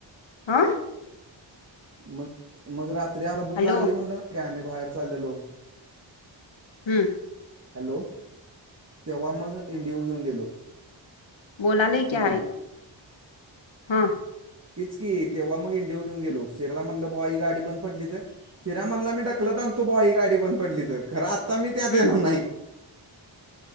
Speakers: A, on the left (about 75°); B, on the right (about 35°).
A: हं.
B: मग, मग रात्री आम्हाला भूक
A: हॅलो
B: लागली म्हणलो नवतो काय, आम्ही बाहेर चाललेलो,,
A: हम्म,
B: हॅलो,, तेव्हा मग, इंडिओ घेऊन गेलो.
A: बोलालय
B: घेऊन
A: की
B: गेलो
A: एक,, हा,
B: तीच की,, तेव्हा मग इंडिओ घेऊन गेलो,, सिर्याला म्हटलं भावा हि गाडी बंद पडली तर,, सिर्या मणला मी ढकलंत आनतो बॉ ही गाडी बंद पडली तर. खर आत्ता मी, त्यात
A: हम्म
B: एणार नाही.